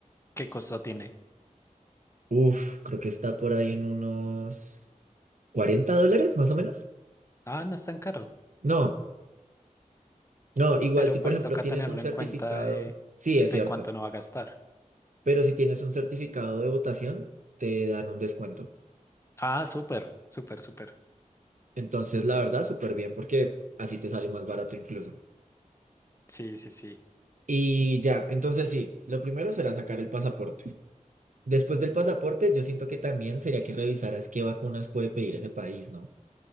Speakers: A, on the left; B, on the right.
A: ¿Qué costo tiene?
B: Uf, creo que está por ahí en unos 40 dólares, más o menos.
A: Ah, no es tan caro.
B: No, no, igual
A: Pero
B: si por
A: pues
B: ejemplo
A: toca
B: tienes
A: tenerlo
B: un certificado,
A: en cuenta de,
B: sí, es
A: de
B: cierto,
A: cuánto no va a gastar.
B: pero si tienes un certificado de votación, te dan un descuento.
A: Ah, súper, súper, súper.
B: Entonces, la verdad, súper bien porque así te sale más barato incluso.
A: Sí, sí, sí.
B: Y ya, entonces sí, lo primero será sacar el pasaporte. Después del pasaporte, yo siento que también sería que revisaras qué vacunas puede pedir ese país, ¿no?